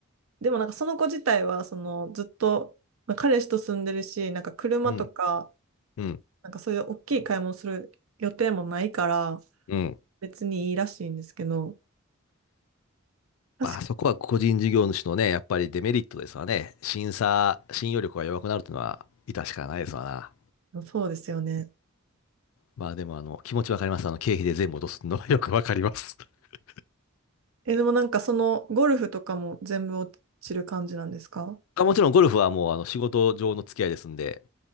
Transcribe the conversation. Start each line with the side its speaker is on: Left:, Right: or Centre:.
Right: でもなんかその子自体は、そのずっと、まあ彼氏と住んでるし、なんか車とか、
Left: うん。うん。
Right: なんかそういう大きい買い物する予定もないから、
Left: うん。
Right: 別にいいらしいんですけど、確か
Left: まあ、そこは個人事業主のね、やっぱりデメリットですわね。審査、信用力が弱くなるというのは、致し方ないですわな。
Right: にそうですよね。
Left: まあ、でも、あの、気持ちわかります。あの、経費で全部落とすのはよくわかります。<laughs>
Right: え、でもなんかそのゴルフとかも全部落ちる感じなんですか
Left: あもちろん、ゴルフはもう、あの、仕事上の付き合いですんで、